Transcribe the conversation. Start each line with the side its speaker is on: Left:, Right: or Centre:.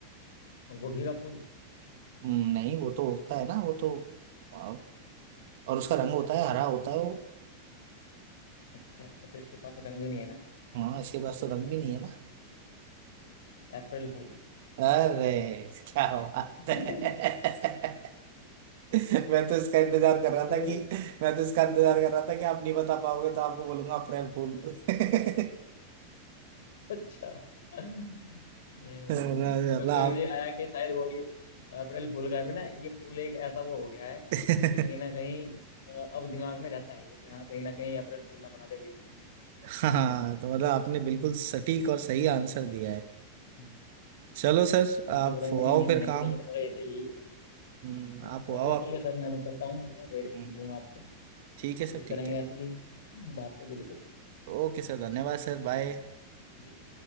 Left: गोभी का फूल
Right: हम्म, नहीं वो तो उगता है ना वो तो वाव। और उसका रंग होता है हरा होता है वो
Left: अच्छा अच्छा इसके पास रंग भी नहीं है ना
Right: हाँ इसके पास तो रंग भी नहीं
Left: हम्म
Right: है ना
Left: अप्रैल फूल
Right: अरे क्या बात
Left: <laughs>
Right: है <laughs> मैं तो इसका इंतजार कर
Left: ये
Right: रहा
Left: तो
Right: था कि मैं तो इसका इंतजार कर रहा था कि आप नहीं बता पाओगे तो आपको बोलूंगा अप्रैल फूल <laughs>
Left: अच्छा हम्म
Right: मतलब
Left: बस
Right: आप
Left: फिर मुझे आया कि शायद वो भी अप्रैल फूल का है मैं ना ये फूल एक ऐसा वो हो गया है कि
Right: <laughs>
Left: कहीं ना कहीं अ, अब दिमाग में रहता है ये कि हाँ कहीं ना कहीं अप्रैल फूल ना बना दे कोई
Right: हाँ तो मतलब आपने बिल्कुल सटीक और सही आंसर दिया है
Left: हम्म।
Right: चलो सर
Left: हाँ
Right: आप
Left: जब रंग
Right: हुआओ
Left: भी नहीं है
Right: फिर
Left: महक
Right: काम
Left: भी नहीं है तो मगर ये तो यही बात
Right: हम्म,
Left: है
Right: आप
Left: हाँ चलिए
Right: हुआओ आप
Left: ठीक है सर मैं निकलता हूँ थोड़ा फिर
Right: हम्म,
Left: मिलूंगा आपसे
Right: ठीक
Left: फिर
Right: है सर ठीक
Left: करेंगे
Right: है
Left: ऐसी ही बातें बिल्कुल
Right: ओके सर धन्यवाद सर बाय
Left: जी